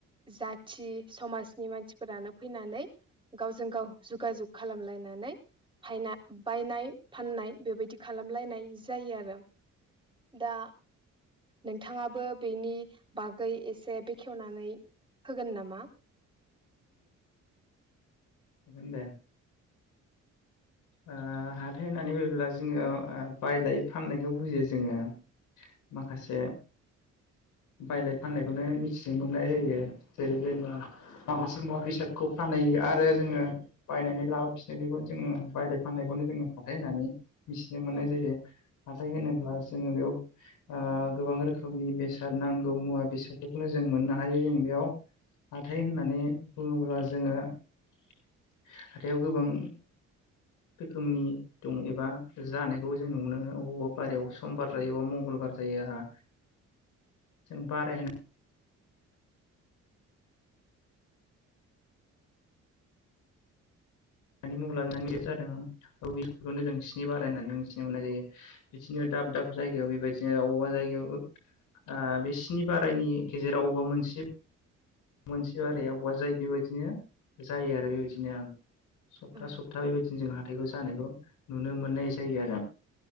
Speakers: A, on the right (about 15°); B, on the left (about 90°).
A: जाथि समाजनि मानसिफोरानो फैनानै गावजों गाव जगाजुग खालामलायनानै फायना बायनाय फाननाय बेबायदि खालामलायनाय जायो आरो दा नोंथाङाबो बेनि बागै एसे बेखेवनानै होगोन नामा
B: होगोन दे। ओ हाथाय होननानै बुङोब्ला जोङो बायलाय फाननायखौ बुजियो जोङो। माखासे बायलाय फाननायखौनो मिथिनो मोननाय जायो जेरै जोङो माबासे मवा बेसादखौ फानहैयो आरो जोङो बायनानै लाबोफिनो बेखौ जोङो बायलाय फानलायखौनो जोङो हााथाय होननानै मिथिनो मोननाय
A: औ
B: जायो। हाथाय होनोब्ला जोङो बेयाव ओ गोबां रोखोमनि बेसाद नांगौ मुवा बेसादफोरखौनो जों मोननो हायो जों बेयाव। हाथाय होननानै बुङोब्ला जोङो हाथायाव गोबां रोखोमनि दं एबा जानायखौबो जों नुनो मोनो। अबबा बारायाव समबार
A: औ
B: जायोबा मंगलबार जायो हा ।जों बाराय हो दानि मुं ला बेयो जादों रुबिखौनो जों स्नि बाराय होननानै मिथिनो मोननाय जायो। बिदिनो दाब दाब जायगायाव बेबायदिनो बबेबा जायगायाव ओ बे स्नि बारायनि गेजेराव बबेबा मोनसे मोनसे बाराया अबेबा जायो बेबायदिनो जायो आरो बेबायदि ओं। सप्ता
A: औ
B: सप्ता बेबायदिनो जोंहा हाथाइखौ जानायखौ नुनो मोननाय जायो आरो।